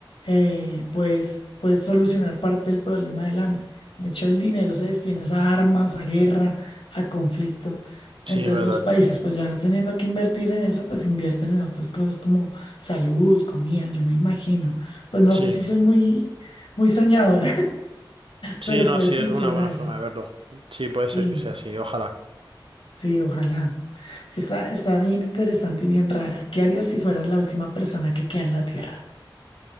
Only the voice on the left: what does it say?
eh, pues puedes solucionar parte del problema del hambre. Mucho del dinero se destina a armas, a guerra, a conflicto.
Entonces
los países, pues ya no teniendo que invertir en eso, pues invierten en otras cosas como salud, comida, yo me imagino. Pues no
sé si soy muy, muy soñadora.
Pero
puede
funcionar.
Sí,
sí, ojalá. Está, está bien interesante y bien rara. ¿Qué harías si fueras la última persona que queda en la Tierra?